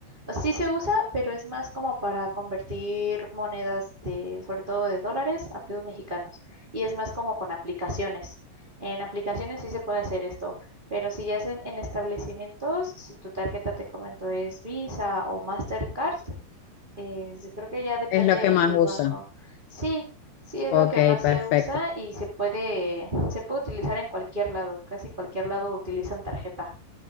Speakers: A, on the right; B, on the left.
A: O sea, Sí se usa, pero es más como para convertir monedas de, sobre todo de dólares a pesos mexicanos. Y es más como con aplicaciones. En aplicaciones sí se puede hacer esto, pero si ya es en, en establecimientos, si tu tarjeta te comento es Visa o Mastercard, eh, creo que ya depende
B: Es lo que más
A: el
B: usan.
A: banco. Sí, sí es
B: Ok,
A: lo que más se
B: perfecto.
A: usa y se puede, se puede utilizar en cualquier lado, casi cualquier lado utilizan tarjeta.